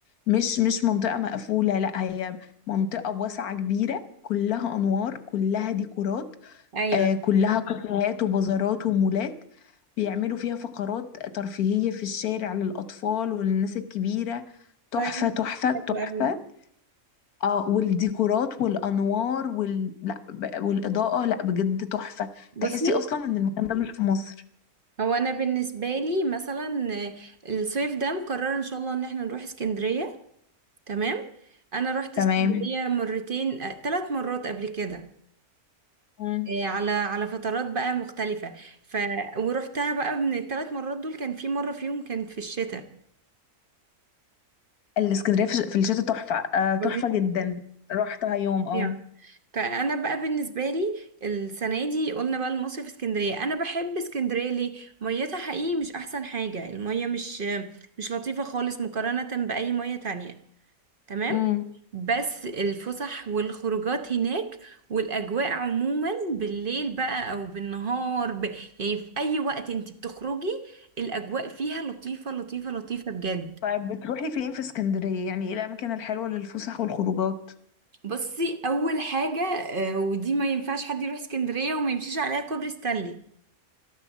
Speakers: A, on the left; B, on the right.
A: مش مش منطقة مقفولة لا هي منطقة واسعة كبيرة كلها أنوار كلها ديكورات
B: أيوة
A: آه كلها كافيهات وبازارات ومولات بيعملوا فيها فقرات ترفيهية في الشارع للأطفال وللناس الكبيرة تحفة
B: طيب
A: تحفة تحفة
B: حلو أوي
A: اه والديكورات والانوار وال... لا ب- والاضاءه لا بجد تحفه
B: بصي
A: تحسي اصلا ان المكان ده مش في مصر
B: هو أنا بالنسبة لي مثلا آه، الصيف ده مقررة إن شاء الله إن احنا نروح اسكندرية تمام أنا رحت
A: تمام
B: اسكندرية مرتين آه، ثلاث مرات قبل كده
A: مم.
B: إيه، على على فترات بقى مختلفة ف ورحتها بقى من الثلاث مرات دول كان في مرة فيهم كانت في الشتاء
A: الاسكندريه في في الشتاء تحفه آه تحفه
B: فظيع
A: جدا رحتها يوم
B: فظيع
A: اه
B: فانا بقى بالنسبه لي السنه دي قلنا بقى المصيف في اسكندريه انا بحب اسكندريه ليه ميتها حقيقي مش احسن حاجه الميه مش مش لطيفه خالص مقارنه باي ميه تانية تمام
A: مم.
B: بس الفسح والخروجات هناك والأجواء عموما بالليل بقى أو بالنهار ب... يعني في أي وقت انت بتخرجي الأجواء فيها لطيفة لطيفة لطيفة بجد
A: طيب بتروحي فين في اسكندريه يعني ايه الاماكن الحلوه للفسح والخروجات
B: بصي أول حاجة آه، ودي ما ينفعش حد يروح اسكندرية وما يمشيش عليها كوبري ستانلي